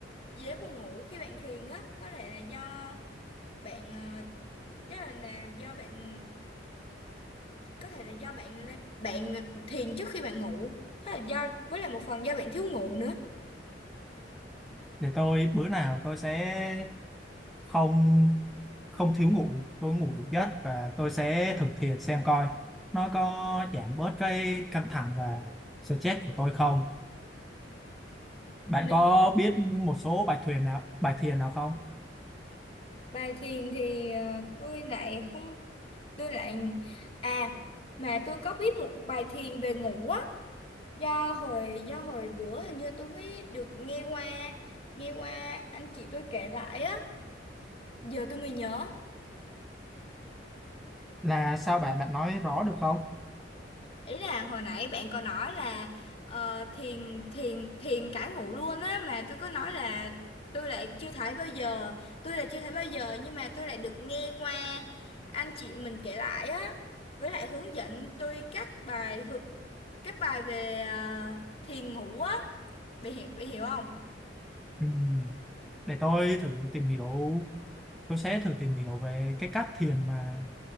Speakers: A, on the left; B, in the centre.
A: dễ buồn ngủ khi bạn thiền á có thể là do bạn à, Chắc là, là do bạn có thể là do bạn lê- bạn thiền trước khi bạn ngủ hay là do với lại một phần do bạn thiếu ngủ nữa
B: để tôi bữa nào tôi sẽ không không thiếu ngủ tôi ngủ đủ giấc và tôi sẽ thực hiện xem coi nó có giảm bớt cái căng thẳng và stress của tôi không bạn
A: Nè,
B: có biết một số bài thiền nào bài thiền nào không
A: bài thiền thì ờ, tôi lại không tôi lại à mà tôi có biết một bài thiền về ngủ á do hồi do hồi bữa hình như tôi mới được nghe qua nghe qua anh chị tôi kể lại á giờ tôi mới nhớ
B: là sao bạn bạn nói rõ được không
A: ý là hồi nãy bạn có nói là ờ, thiền thiền thiền cả ngủ luôn á mà tôi có nói là tôi lại chưa thấy bao giờ tôi là chưa thấy bao giờ nhưng mà tôi lại được nghe qua anh chị mình kể lại á với lại hướng dẫn tôi các bài hư- các bài về ờ, thiền ngủ á bị hiểu bị hiểu không
B: Ừ. để tôi thử tìm hiểu tôi sẽ thử tìm hiểu về cái cách thiền mà